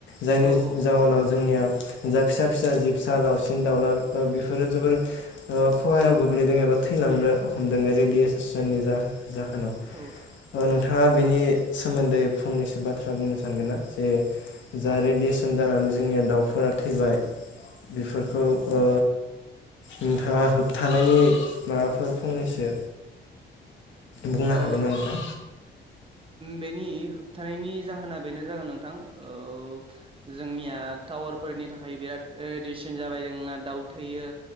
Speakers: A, on the left; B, on the right.
A: जायनि
B: औ औ
A: जाउनाव जोंनिया जा फिसा फिसा जि फिसा दाउसिन दाउला बेफोरो जोबोर खहायाव गोग्लैदों एबा थैलांनो हमदों रेडिअ' सेसननि जोन
B: औ
A: नोंथाङा बेनि सोमोन्दै फंनैसो बाथ्रा बुंनो सानगोन ना जे जा रेडियेसन जानानै जोंनिया दाउफोरा थैबाय बेफोरखौ ओ नोंथाङा होबथानायनि माबाफोर फंनैसो बुंनो
B: ओ
A: हागोन ना नोंथां
B: बेनि होबथानायनि जाहोना बेनो जागोन नोंथां ओ जोंनिया टावार फोरनि थाखाय बिराद रेदिसन जाबाय जोंना दाउ थैयो